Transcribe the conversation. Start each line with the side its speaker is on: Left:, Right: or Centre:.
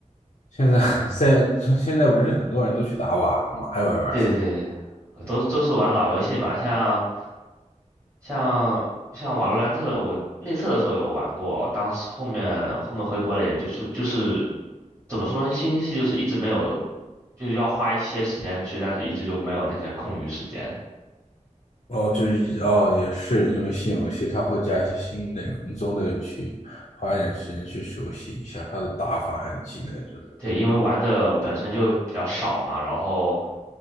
Left: 现在现 <laughs> 现在不是很多人都去打瓦了吗？还有人玩
Right: 对对
Left: CS
Right: 对，都都是玩老游戏嘛，像像像《瓦罗兰特》，我内测的时候有玩过，当时后面后面回国了，也就是就是怎么说呢，新游戏就是一直没有，就是要花一些时间去，但是一直就没有那些空余时间。
Left: 哦，就是哦，也是因为新游戏它会加一些新内容，你总得去花一点时间去熟悉一下它的打法还有技能之类
Right: 对，因为玩的本身就比较少嘛，然后